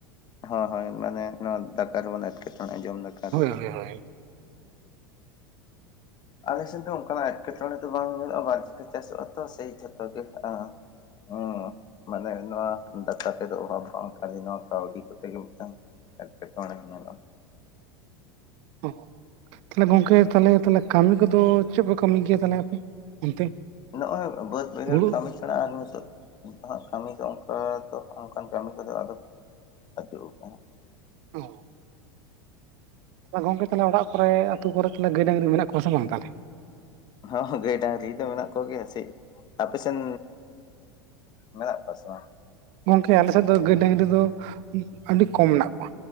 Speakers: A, on the left; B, on the right.
A: ᱦᱳᱭ ᱦᱳᱭ ᱢᱟᱱᱮ ᱱᱚᱣᱟ ᱫᱟᱠᱟᱨ ᱨᱮ ᱮᱴᱠᱮᱴᱚᱬᱮ ᱡᱚᱢ ᱫᱟᱠᱟᱨ ᱨᱮᱠᱤ
B: ᱦᱳᱭ ᱦᱳᱭ
A: ᱟᱞᱮ ᱥᱮᱱ ᱫᱚ ᱚᱱᱠᱟᱱᱟᱜ ᱮᱴᱠᱮᱴᱚᱬᱮ ᱫᱚ ᱵᱟᱝ ᱦᱩᱭᱩᱜᱚᱜᱼᱟ᱾ ᱵᱟᱨ ᱫᱷᱟᱭ ᱪᱟᱥᱚᱜᱼᱟ ᱛᱚ, ᱥᱮᱭ ᱡᱷᱚᱛᱚ ᱜᱮ ᱦᱚᱸ ᱢᱟᱱᱮ ᱱᱚᱣᱟ ᱫᱟᱠᱟ ᱛᱮᱫᱚ ᱚᱵᱷᱟᱵᱽ ᱵᱟᱝ ᱠᱷᱟᱹᱞᱤ ᱱᱚᱣᱟ ᱠᱟᱹᱣᱰᱤ ᱠᱚᱛᱮ ᱜᱮ ᱢᱤᱫᱴᱟᱝ ᱮᱴᱠᱮᱴᱚᱬᱮ ᱦᱩᱭᱩᱜᱼᱟ᱾
B: ᱚᱸ ᱛᱟᱦᱞᱮ ᱜᱚᱢᱠᱮ, ᱛᱟᱦᱮᱞᱮ ᱠᱟᱹᱢᱤ ᱠᱚᱫᱚ ᱪᱮᱫ ᱯᱮ ᱠᱟᱹᱢᱤ ᱜᱮᱭᱟ ᱛᱟᱦᱮ ᱟᱯᱮ ᱚᱱᱛᱮ?
A: ᱱᱚᱜᱼᱚᱭ ᱵᱟᱹᱫ ᱵᱟᱭᱦᱟᱹᱲ
B: ᱦᱩᱲᱩ
A: ᱠᱟᱹᱢᱤ ᱥᱮᱬᱟᱜ ᱟᱨ ᱱᱤᱛᱚᱜ ᱠᱟᱹᱢᱤ ᱫᱚ ᱚᱱᱠᱟ ᱫᱚ ᱚᱱᱠᱟᱱ ᱠᱟᱹᱢᱤ ᱠᱚᱫᱚ ᱟᱫᱚ <unintelligible>
B: <unintelligible> ᱛᱟᱦ ᱜᱝᱠᱮ ᱛᱟᱦᱮ ᱚᱲᱟᱜ ᱠᱚᱨᱮ ᱟᱹᱛᱩ ᱠᱚᱨᱮᱜ ᱜᱟᱹᱭ ᱰᱟᱹᱝᱜᱨᱤ ᱢᱮᱱᱟᱜ ᱠᱚᱣᱟ ᱥᱮ ᱵᱟᱝ ᱛᱟᱦᱚᱞᱮ
A: ᱦᱚᱸ ᱦᱚᱸ ᱜᱟᱹᱭ ᱰᱟᱹᱜᱨᱤ ᱢᱮᱱᱟᱜ ᱠᱚᱜᱮᱭᱟ ᱥᱮ ᱟᱯᱮᱥᱮᱱ ᱢᱮᱱᱟᱜ ᱠᱚᱣᱟ ᱥᱮ ᱵᱟᱝ
B: ᱜᱚᱝᱠᱮ ᱟᱞᱮᱥᱮᱫ ᱫᱚ ᱜᱟᱹᱭ ᱰᱟᱹᱝᱜᱨᱤ ᱫᱚ ᱟᱹᱰᱤ ᱠᱚᱢ ᱢᱮᱱᱟᱜ ᱠᱚᱣᱟ